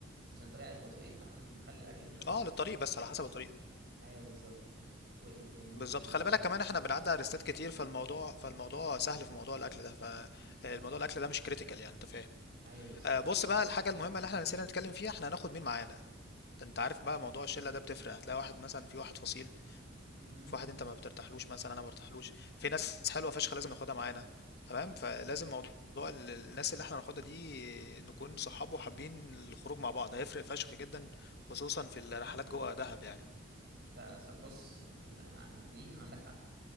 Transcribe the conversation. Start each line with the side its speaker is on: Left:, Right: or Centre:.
Right: عشان الطريق هيبقى طويل فاحنا نخلي الاكل للطريق
Left: اه للطريق بس على حسب الطريق
Right: ايوه بالظبط وايه تاني
Left: بالظبط
Right: يا معلم
Left: خلي بالك كمان احنا بنعدي على ريستات كتير فالموضوع فالموضوع سهل في موضوع الاكل ده فالموضوع الاكل ده مش كريتيكال يعني انت فاهم
Right: ايوه بالظبط
Left: آه، بص بقى الحاجة المهمة اللي احنا نسينا نتكلم فيها احنا هناخد مين معانا انت عارف بقى موضوع الشلة ده بتفرق هتلاقي واحد مثلا في واحد فصيل
Right: مم.
Left: في واحد انت ما بترتاحلوش مثلا انا ما برتاحلوش في ناس حلوة فشخ لازم ناخدها معانا تمام فلازم موضوع ال- الناس اللي احنا هناخدها دي نكون صحاب وحابين الخروج مع بعض هيفرق فشخ جدا خصوصا في الرحلات جوه دهب يعني
Right: لا ص- بص انت عندي دي عندك حق